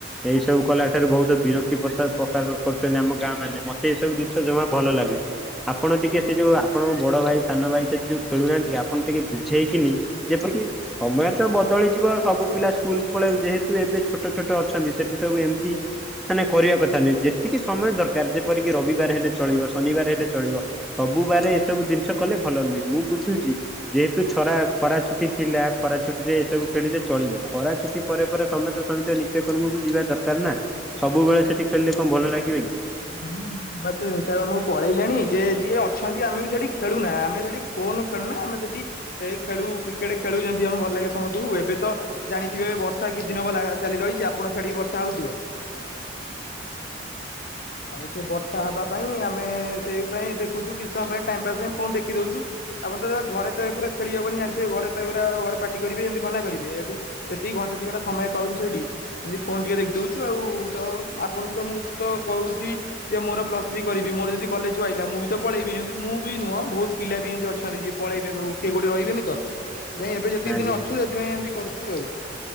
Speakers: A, in the centre; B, on the left.
A: ଏଇ ସବୁ କଲା ଠାରୁ ବହୁତ ବିରକ୍ତି ପ୍ରଶା ପ୍ରକାଶ କରୁଚନ୍ତି ଆମ ଗାଁ ମାନେ। ମତେ
B: ଆଜ୍ଞା
A: ଏସବୁ ଦିନଷ
B: ଆଜ୍ଞା
A: ଜମା ଭଲ ଲାଗୁନି। ଆପଣ ଟିକେ ସେ ଯୋଉ ଆପଣଙ୍କ ବଡ ଭାଇ ସାନ ଭାଇ ସେଠି ଯୋଉ ଖେଳୁ ନାହାନ୍ତି ଆ ପଣ ଟିକେ ବୁଝେଇ କିନି ଯେପରିକି ସମୟ ତ ବଦଳିଯିବ ସବୁ ପିଲା ସ୍କୁଲ କୁ ପଳେଇବେ ଯେହେତୁ ଏବେ ଛୋଟ ଛୋଟ ଅଛନ୍ତି ସେଠି ସବୁ ଏମତି ନା ନାଇଁ କରିବା କଥା ନୁହେଁ, ଯେତିକି ସମୟ ଦରକାର ଯେପରିକି ରବିବାର ହେଲେ ଚଳିବ ଶନିବାର ହେଲେ ଚଳିବ। ସବୁ ବାରେ ଏସବୁ ଦିନଷ
B: କି
A: କଲେ ଭଲ ନୁହେଁ ମୁଁ ବୁଝୁଚି। ଯେହେତୁ ଛରା ଖରା ଛୁଟି ଥିଲା ଖରା ଛୁଟିରେ ଏସବୁ ଖେଳିଲେ ଚଳିବ। ଖରା ଛୁଟି ପରେ ପରେ ସମେତେ ସମିତିଙ୍କ ନିତ୍ୟ କର୍ମୁକୁ ଯିବା ଦରକାର ନା, ସବୁବେଳେ ସେଠି ଖେଳିଲେ କଁ ଭଲ ଲାଗିବେ କି?
B: ଏ ଭାଇ ମତେ <unintelligible> ପଳେଇଲେଣି ଯେ ଯିଏ ଅଛନ୍ତି ଆମେ ବି ସେଠି ଖେଳୁନାଁ ଆମେ ସେଠି ଫୋନ ଖେଳୁ ନା ଆମେ ସେଠି ଏ ଖେଳୁ କ୍ରିକେଟ ଖେଳୁ ଯେମତି ଆମୁକୁ ଭଲ ଲାଗେ। ସମତୁଙ୍କୁ ଏବେ ତ ଜାଣିଥିବେ ବର୍ଷା କିଛିଦିନି ହବ ଲା ଚାଲି ରହିଛି ଆପଣ ସେଠିକି ବର୍ଷା ହଉଥିବ। ହ <inaudible> ଆଉ ସେ ବର୍ଷା ହବା ପାଇଁ ଆମେ ସେଇ ପାଇଁ ଦେଖୁଚୁ, କିଛି ସମୟ ପାଇଁ ଟାଇମ୍ ପାସ୍ ପାଇଁ ଫୋନ ଦେଖିଦଉଚୁ। ଆପଣତ ଯା ଘରେ ତ ଏଗୁରା ଖେଳି ହବନି ଯା ନଥିବେ ଘରେତ ଏଗୁରା ଘରେ ପାଟି କରିବେ ଏମତି ମନା କରିବେ, ଏଠୁ ଯେତିକି ଘଣ୍ଟେ ଦି ଘଣ୍ଟା ସମୟ ପାଉଛୁ ସେଇଠି ନିତ୍ ଫୋନ୍ ଟିକେ ଦେଖିଦଉଛୁ ଆଉ, ତ ଆପଣ ତ ମୁଁ ତ କୋଉଚି ଯେ ମୋର ପ୍ଲସ୍ ଥ୍ରୀ କରିବି ମୋର ଯଦି କଲେଜୁ ଆଲଲା ମୁଁ ବି ତ ପଳେଇବି, ଏମତି ମୁଁ ବି ନୁହଁ ଭୋଉତ୍ ପିଲା ବି ଏମତି ଅଛନ୍ତି ଯିଏ ପଳେଇବେ ସବୁ କିଏ କୋଉଠି ରହିବେନି ତ। ନାଇଁ ଏବେ ଯେତିକି
A: ଆଜ୍ଞା
B: ଦିନି ଅଛୁ ସେଥିପାଇଁ ଏମତି କରୁଛୁ ଆଉ।